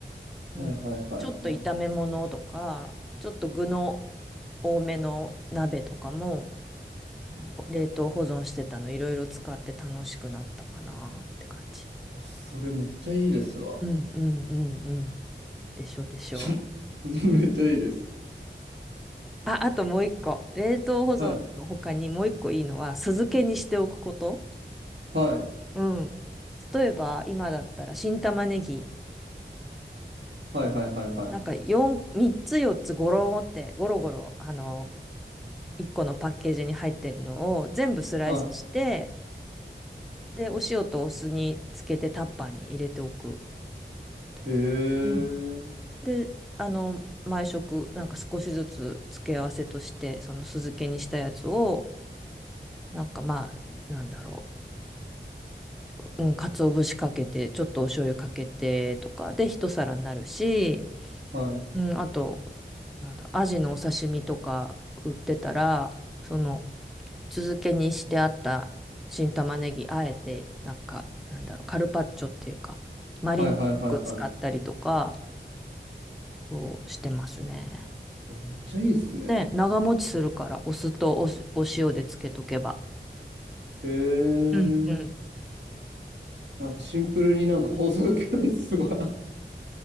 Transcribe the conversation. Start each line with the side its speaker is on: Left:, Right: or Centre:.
Right: はいはいはいはい。
Centre: うん、ちょっと炒め物とか、ちょっと具の多めの鍋とかも。あのほ冷凍保存してたのいろいろ使って楽しくなったかなって感じ。
Right: あ、それめっちゃいいですわ。
Centre: うんうんうんうん。でしょでしょう。
Right: <laughs> めっちゃいいです。
Centre: あ、あともう一個。冷凍保存の他にもう一個いいのは酢漬けにしておくこと。
Right: はい。はい。
Centre: うん。例えば今だったら新玉ねぎ
Right: はいはいはいは
Centre: をなんか4、3つ4つゴローってゴロゴロあの1個のパッケージに入ってるのを全部スライスして
Right: い。は
Centre: でお塩とお酢につけてタッパーに入れておくんだよね。
Right: い。へえ。
Centre: うんで、あの、毎食、なんか少しずつ付け合わせとして、その酢漬けにしたやつを、なんかまあ、なんだろう、うん、鰹節かけて、ちょっとお醤油かけてとかで一皿になるし、
Right: はい。
Centre: うん、あと、なんだろう、アジのお刺身とか売ってたら、その、酢漬けにしてあった新玉ねぎ、あえて、なんか、なんだろう、カルパッチョっていうか、マリネっぽく使ったりとか、
Right: はいはいはいは
Centre: そうしてますね。
Right: い。うわめっちゃいいっすね。
Centre: ね、長持ちするから、お酢とお酢、お塩でつけとけば。
Right: へえ。
Centre: うん。うん。
Right: なんかシンプルになんか構想受けたりすごい